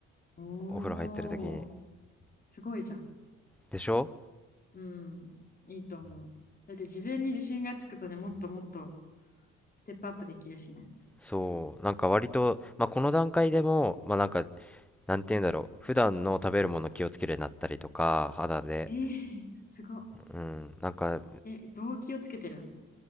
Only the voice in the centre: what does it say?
お風呂入ってる時に
でしょ
そうなんか割とまあこの段階でもまあなんかなんて言うんだろう、普段の食べるもの気をつけるようになったりとか、肌で、
うん、なんか、